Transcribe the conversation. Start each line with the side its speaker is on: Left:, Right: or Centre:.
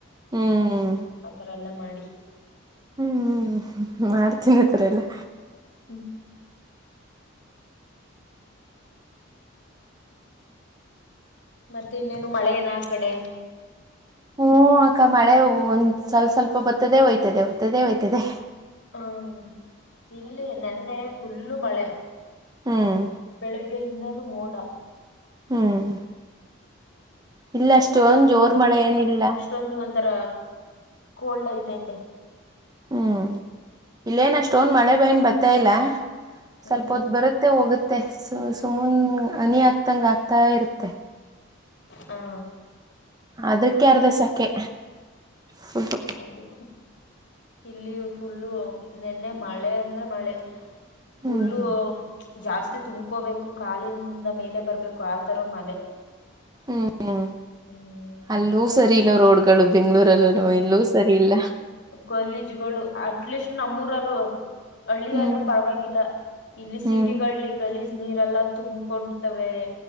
Right: ಹ್ಮ್
Left: ಆತರ ಎಲ್ಲಾ ಮಾಡಿ
Right: ಹ್ಮ್ ಮಾಡ್ತೀನಿ ಹತ್ರ ಎಲ್ಲಾ
Left: ಹ್ಮ್ ಮತ್ತೆ ಇನ್ನೇನು ಮಳೆ ಏನ ಆ ಕಡೆ
Right: ಹ್ಮ್ ಅಕ್ಕ ಮಳೆ ಒಂದ್ ಸ್ವಲ್ಪ ಸ್ವಲ್ಪ ಬತ್ತದೆೇ ಹಯ್ತದೆ ಹೋಗ್ತದೇ ಹೋಗಯ್ತದೆ
Left: ಹ್ಮ ಇಲ್ಲಿ ನನ್ನೆ ಫುಲ್ಲು ಮಳೆ
Right: ಹ್ಮ್
Left: ಬೆಳಗ್ಗೆಯಿಂದಾನೂ ಮೋಡ
Right: ಹ್ಮ್ ಇಲ್ಲ ಅಷ್ಟು ಒಂದ ಜೋರ್ ಮಳೆ ಏನಿಲ್ಲ
Left: ೊಂದು ಒಂಥರ ಕೋಲ್ಡ್ ಐತೆ ಐತೆ
Right: ಹ್ಮ್ ಇಲ್ಲೇನ ಅಷ್ಟ್ಟೋನ್ ಮಳೆ ಬನ್ ಬರ್ತ ಇಲ್ಲ ಸ್ವಲ್ಪ
Left: ಹ್ಮ್
Right: ಹೊತ್ತು ಬರುತ್ತೆ ಹೋಗುತ್ತೆ ಸ ಸುಮುನೆ ಹನಿ ಹಾಕ್ತಂಗೆ ಆಾಗ್ತಾ ಇರುತ್ತೆ
Left: ಹಾ
Right: ಅದಕ್ಕೆ ಅರ್ಧಸಕೆ ಫುಟು
Left: ಹೌದು ಇಲ್ಲಿ ಫುಲ್ಲು ನಿನ್ನೆ ಮಳೆ ಅಂದ್ರೆ ಮಳೆ ಫುಲ್ಲು
Right: ಹ್ಮ್
Left: ಜಾಸ್ತಿ ತುಂಬಕೋಬೇಕು ಕಾಲಿಂದ ಮೇಲೆ ಬರ್ಬೇಕು ಆತರ ಮಳೆ
Right: ಹ್ಮ್ ಹ್ಮ
Left: ಹ್ಮ್
Right: ಅಲ್ಲೂ ಸರಿ ಇಲ್ಲ ರೋಡ್ಗಳು ಬೆಂಗ್ಗಳೂರಲ್ಲೂೋ ಇಲ್ಲೂ ಸರಿ ಇಲ್ಲ
Left: ಕಲೀಜುಗಳು ಅಟ್ಲೀಸ್ಟ್ ನಮ್ಮೂರರು ಹಳ್ಳಿ
Right: ಹ್ಮ್
Left: ಆದ್ರೂ ಪರವಾಗಿಲ್ಲ ಇಲ್ಲಿ
Right: ಹ್ಮ್
Left: ಸಿಟಿ ಗಲೀಜ್ ನೀರೆಲ್ಲ ತುಂಬ್ಕೊಂಡತವೆ